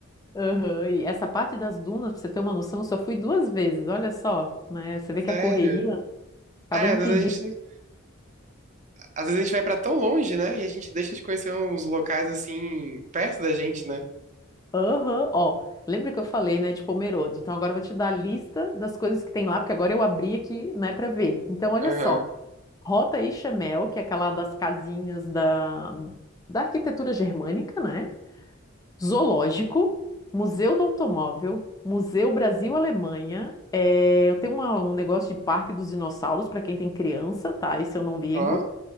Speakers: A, on the left; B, on the right.
A: Aham, E essa parte das dunas, pra você ter uma noção, eu só fui duas vezes, olha só, né? Você vê que
B: Sério.
A: a correria acaba
B: Ah,
A: impedindo.
B: é, às vezes a gente, às vezes a gente vai pra tão longe, né? E a gente deixa de conhecer uns locais assim, perto da gente, né?
A: Aham, Ó, lembra que eu falei, né, de Pomerode? Então agora eu vou te dar a lista das coisas que tem lá, porque agora eu abri aqui, né, pra ver. Então olha
B: Aham.
A: só, Rota e Chamel, que é aquela das casinhas da, da arquitetura germânica, né? Zoológico, Museu do Automóvel, Museu Brasil-Alemanha, é, tem uma- um negócio de Parque dos Dinossauros para quem tem criança, tá? Esse eu não ligo.
B: Ó,